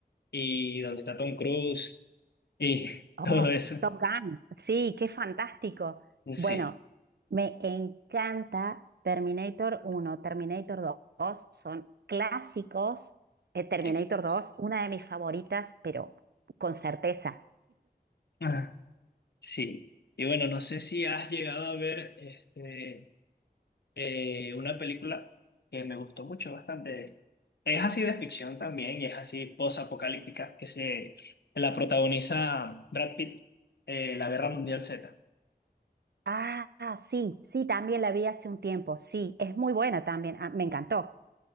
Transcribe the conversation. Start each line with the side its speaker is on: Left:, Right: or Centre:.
Left: y donde está Tom Cruise y <laughs>
Right: Oh,
Left: todo eso.
Right: Top Gun. Sí, qué fantástico. Bueno,
Left: Sí,
Right: me encanta Terminator uno, Terminator dos, son clásicos. Eh, Terminator
Left: exacto.
Right: dos, una de mis favoritas, pero con certeza.
Left: Ah, sí. Y bueno, no sé si has llegado a ver este. eh, una película que me gustó mucho, bastante. Es así de ficción también y es así posapocalíptica, que se la protagoniza Brad Pitt, eh, La Guerra Mundial Z.
Right: Ah, ah, sí, sí, también la vi hace un tiempo. Sí, es muy buena también. Ah, me encantó.